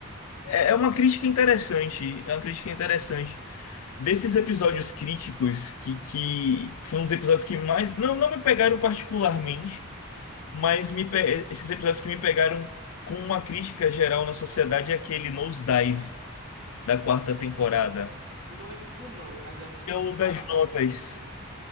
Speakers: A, on the left (about 80°); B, on the right (about 75°).
A: É é uma crítica interessante, é uma crítica interessante. Desses episódios críticos, que, que foram os episódios que mais. Não, não me pegaram particularmente, mas me, pe- esses episódios que me pegaram com uma crítica geral na sociedade é aquele Nosedive da quarta temporada.
B: Eu não lembro por nome, mas acho que
A: Que
B: se
A: é o
B: tu falar
A: das
B: mais
A: notas,
B: ou menos.